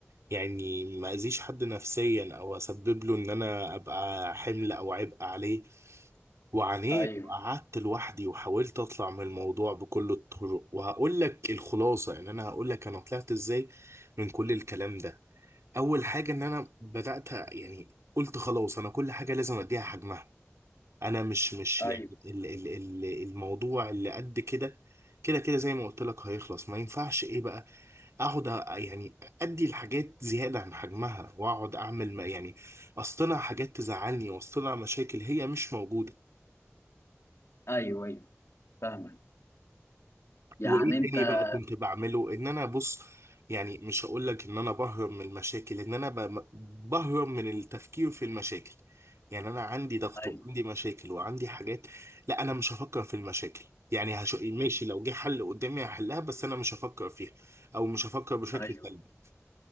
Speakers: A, on the right; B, on the left.
A: يعني ما اذيش حد نفسيا او اسبب له ان انا ابقى حمل او عبء عليه وعانيت
B: ايوه
A: وقعدت لوحدي وحاولت اطلع من الموضوع بكل الطرق وهقول لك الخلاصة يعني انا هقول لك انا طلعت ازاي من كل الكلام ده اول حاجه ان انا بدات يعني قلت خلاص انا كل حاجه لازم اديها حجمها انا مش مش
B: ايوه
A: يعني ال ال ال الموضوع اللي قد كده كده كده زي ما قلت لك هيخلص ما ينفعش ايه بقى اقعد أ- يعني ادي الحاجات زياده عن حجمها واقعد اعمل ما يعني اصطنع حاجات تزعلني واصطنع مشاكل هي مش موجوده
B: ايوه ايوه فاهمك يعني
A: وايه تاني
B: انت
A: بقى كنت بعمله ان انا بص يعني مش هقول لك ان انا بهرب من المشاكل ان انا ب- بهرب من التفكير في المشاكل يعني انا عندي ضغط
B: ايوه
A: وعندي مشاكل وعندي حاجات لا انا مش هفكر في المشاكل يعني هش... ماشي لو جه حل قدامي هحلها بس انا مش هفكر فيها او مش هفكر بشكل
B: ايوه
A: سلبي